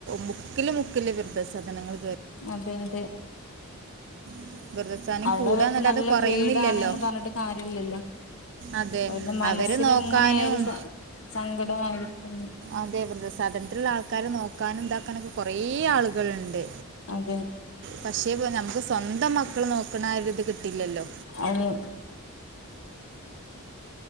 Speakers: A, on the right (about 50°); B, on the left (about 65°).
A: മുക്കില് മുക്കില് വൃദ്ധസധനങ്ങള്.
B: അതെ, അതെ,
A: <unintelligible>
B: അവ്ടെ
A: കൂടാന്നല്ലാതെ
B: അവർക്ക് നല്ല
A: കുറയുന്നില്ലല്ലോ
B: ഫ്രീഡാണെന്ന് പർഞ്ഞിട്ട് കാര്യല്ലല്ലോ.
A: അതെ
B: അവര്ക്ക് മനസ്സിലെങ്ങനായാലും
A: അവരെ നോക്കാനും
B: സ സങ്കടായിരിക്കും.
A: അതെ വൃദ്ധ സധൻത്തില്ള്ള ആൾക്കാരെ നോക്കാനും താക്കാനൊക്കെ കൊറെ ആൾകള്ണ്ട്.
B: അതെ.
A: പക്ഷേ നമ്മക്ക് സ്വന്തം മക്കള് നോക്ക്ണാ ആ ഒര്ത് കിട്ടില്ലല്ലോ.
B: അതെ